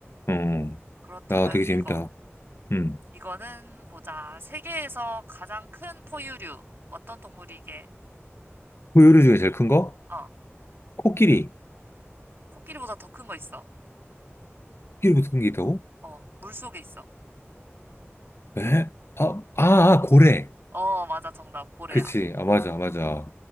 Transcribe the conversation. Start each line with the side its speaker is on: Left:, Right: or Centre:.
Left: 어,
Right: 그렇다면
Left: 야, 되게
Right: 이거.
Left: 재밌다. 음.
Right: 이거는 보자. 세계에서 가장 큰 포유류. 어떤 동물이 이게?
Left: 포유류 중에 제일 큰 거?
Right: 어,
Left: 코끼리.
Right: 코끼리보다 더 큰 거 있어.
Left: 코끼리보다 큰 게 있다고?
Right: 어, 물속에 있어.
Left: 에? 아, 아, 아, 고래.
Right: 어, 맞아. 정답. 고래야.
Left: 그치. 아, 맞아, 맞아.